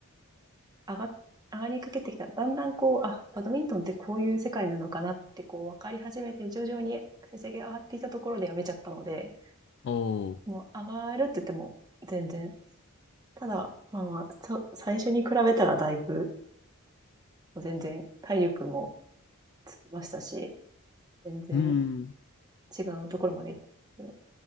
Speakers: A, on the right (about 20°); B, on the left (about 50°).
A: 上が、上がりかけてきた。だんだんこう、あ、バドミントンってこういう世界なのかなってこう分かり始めて、徐々に成績が上がってきたところでやめちゃったので、
B: おー
A: もう上がるって言っても全然。ただ、まあまあ、そ最初に比べたらだいぶ、全然体力もつきましたし、全然
B: うん。
A: 違うところまで行ったんですけど。